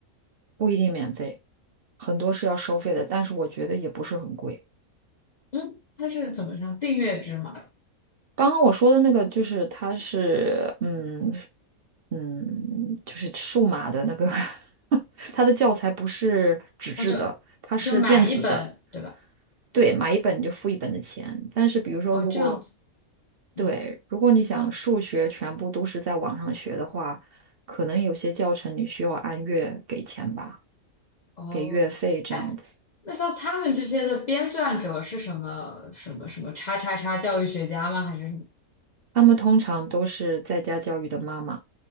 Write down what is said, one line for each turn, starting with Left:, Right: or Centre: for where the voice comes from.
Right: 不一定免费，很多是要收费的，但是我觉得也不是很贵。
Left: 嗯，它是怎么样订阅制嘛？
Right: 刚刚我说的那个就是它是嗯嗯就是数码的那个 <laughs> 它的教材不是纸质的，
Left: 哦，就
Right: 它是电子的，
Left: 就买一本，对吧？
Right: 对，买一本就付一本的钱。但是比如说如果
Left: 哦，这样子，
Right: 对，
Left: 嗯，
Right: 如果你想数学全部都是在网上学的话，可能有些教程你需要按月给钱吧，
Left: 哦，
Right: 给月费这样子。
Left: 哎，那像他们这些的编撰者是什么什么什么叉叉叉教育学家吗？还是什么？
Right: 他们通常都是在家教育的妈妈，